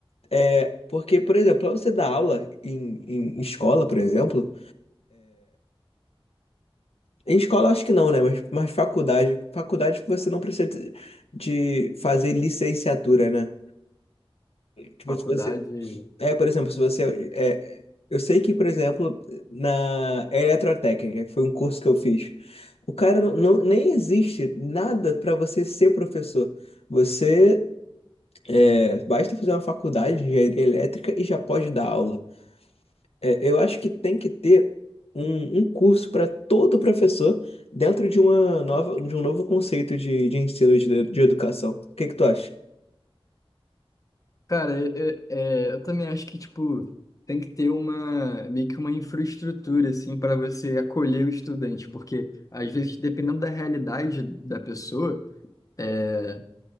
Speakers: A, on the left; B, on the left.
A: é, porque, por exemplo, pra você dar aula em, em escola, por exemplo, em escola acho que não, né? Mas, mas faculdade, faculdade você não precisa de de fazer licenciatura, né? Tipo,
B: Faculdade.
A: se você É, por exemplo, se você. É, eu sei que, por exemplo, na eletrotécnica, que foi um curso que eu fiz, o cara não, não- nem existe nada para você ser professor. Você é, basta fazer uma faculdade de engenharia elétrica e já pode dar aula. É, eu acho que tem que ter um, um curso para todo professor dentro de uma nova, de um novo conceito de, de ensino de, de educação. O que que tu acha?
B: Cara, eu, é, eu também acho que, tipo, tem que ter uma, meio que uma infraestrutura, assim, para você acolher o estudante, porque, às vezes, dependendo da realidade da pessoa, é,